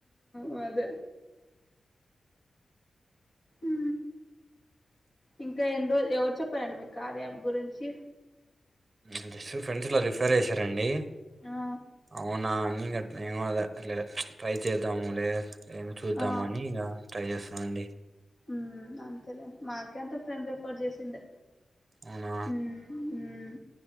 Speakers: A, on the left (about 35°); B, on the right (about 40°).
A: వదే ఉ ఇంకా ఎన్ని రోజ ఎవరు చెప్పాలండి మీ కాలయాప్ గురించి
B: ఉ జస్ట్ ఫ్రెండ్స్ ఎట్లా జెప్పు రిఫర్ చేసారండి
A: ఆ
B: అవునా ఉ గట్ల ఏం అనలే అట్లే ట్రై చేద్దామ్ లే ఏమి చూద్దామని
A: ఆ
B: ఇగ ట్రై చేస్తున్న నండి
A: ఉ అంతేలే మాకే అంత ఫ్రెండ్ రిఫర్ చేసిందే
B: అవునా
A: ఉమ్ ఉమ్